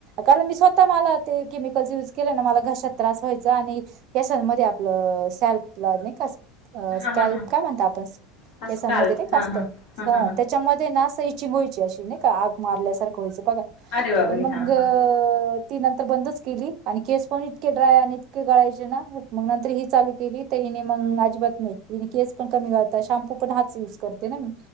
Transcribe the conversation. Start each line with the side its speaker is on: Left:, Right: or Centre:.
Right: कारण मी स्वतः मला ते केमिकल् युज केले ना मला घशात त्रास व्हायचा आणि या स मध्ये आपलं सॅल्प ला नाही का? अ
Left: हा
Right: स्कॅल्प
Left: हा हा
Right: काय म्हणत आपण
Left: हा
Right: केसांमध्ये
Left: स्काल्प
Right: नाही कास्त
Left: हा हा हा
Right: ह
Left: हा हा
Right: त्याच्यामध्ये ना. वयची अशी नाही का आग मारल्यासारख व्हायच बघा
Left: अरे बाबरे
Right: पण मग
Left: हा हा.
Right: ती नंतर बंदच केली आणि खेस पण इतके ड्राय आणि इतके गळायचे ना मग नंतर ही चालू केली. ने मग अजिबात नाहीने केस पण कमी गालता शॅम्पू पण हातच युज करते ना मी